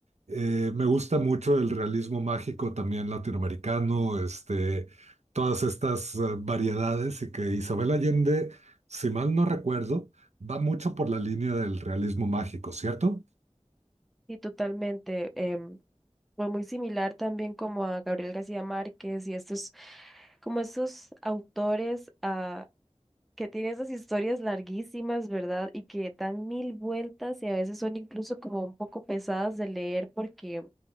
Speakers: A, on the right; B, in the centre.
A: eh, me gusta mucho el realismo mágico también latinoamericano, este, todas estas eh, variedades y que Isabel Allende, si mal no recuerdo, va mucho por la línea del realismo mágico, ¿cierto?
B: Sí, totalmente. em, fue muy similar también como a Gabriel García Márquez y estos, como estos autores ah, que tienen esas historias larguísimas, ¿verdad? Y que dan mil vueltas y a veces son incluso como un poco pesadas de leer porque